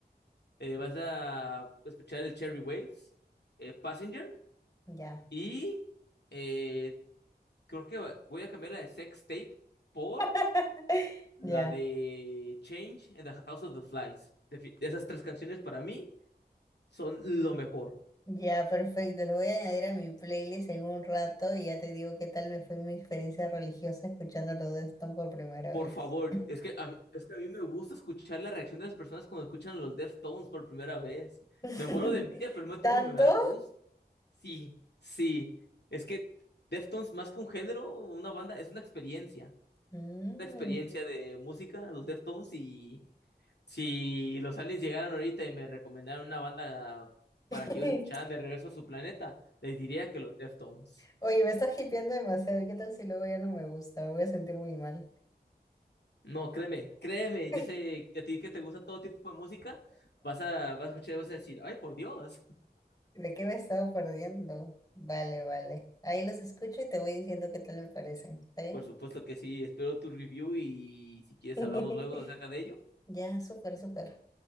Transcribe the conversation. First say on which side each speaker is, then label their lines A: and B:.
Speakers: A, on the left; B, on the left.
A: eh, vas a escuchar el Cherry Waves, eh, Passenger
B: Ya,
A: y eh, creo que va- voy a cambiar la de Sex Tape por
B: <laughs>
A: la
B: ya.
A: de Change and the House of the Flies. Defi- esas tres canciones para mí son lo mejor.
B: Ya, perfecto. Lo voy a añadir a mi playlist en un rato y ya te digo qué tal me fue mi experiencia religiosa escuchando los de Stone por primera
A: Por
B: vez.
A: favor, es que a mí, es que a mí me gusta escuchar la reacción de las personas cuando escuchan los Deftones por primera vez.
B: <laughs>
A: Me muero de envidia, pero al mismo
B: ¿Tanto?
A: tiempo me da gusto. Sí, sí. Es que Deftones, más que un género, una banda, es una experiencia.
B: Mm.
A: Una experiencia de música, los Deftones. Y si los aliens llegaron ahorita y me recomendaron una banda para
B: <laughs>
A: que ellos escucharan de regreso a su planeta, les diría que los Deftones.
B: Oye, me estás hipeando demasiado. ¿Qué tal si luego ya no me gusta? Me voy a sentir muy mal.
A: No, créeme, créeme,
B: <laughs>
A: yo sé que a ti que te gusta todo tipo de música, vas a, vas a escuchar y vas a decir, ay, por Dios.
B: ¿De qué me estaba perdiendo? Vale, vale. Ahí los escucho y te voy diciendo qué tal me parecen.
A: <laughs>
B: ¿Está bien?
A: Por supuesto que sí, espero tu review y si quieres
B: <laughs>
A: hablamos luego acerca de ello.
B: Ya, súper, súper.